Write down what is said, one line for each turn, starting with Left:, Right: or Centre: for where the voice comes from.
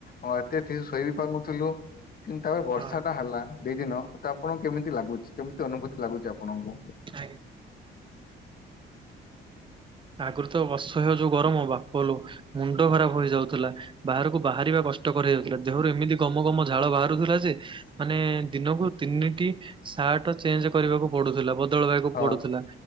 Left: ହଁ ଏତେ ଠିକ୍ ଶୋଇ ବି ପାରୁନଥିଲୁ କିନ୍ତୁ ତାପରେ ବର୍ଷା
Right: ହଁ
Left: ଟା ହେଲା ଦି ଦିନ ତ ଆପଣଙ୍କୁ କେମିତି ଲାଗୁଚି କେମିତି ଅନୁଭୂତି ଲାଗୁଚି ଆପଣଙ୍କୁ?
Right: ଆଜ୍ଞା।
Left: ହ
Right: ଆଗୁରୁ ତ ଅସହ୍ୟ ଯଉ ଗରମ ବାପ ଲ ମୁଣ୍ଡ ଖରାପ୍ ହେଇଯାଉଥିଲା। ବାହାରକୁ ବାହାରିବା କଷ୍ଟକର ଯାଉଥିଲା ଦେହରୁ ଏମିତି ଗମ ଗମ ଝାଳ ବାହାରୁଥିଲା ଯେ ମାନେ ଦିନକୁ ତିନିଟି ସାର୍ଟ ଚେଞ୍ଜୂ କରିବାକୁ ପଡୁଥିଲା ବଦଳେଇବାକୁ
Left: ହଁ
Right: ପଡୁଥିଲା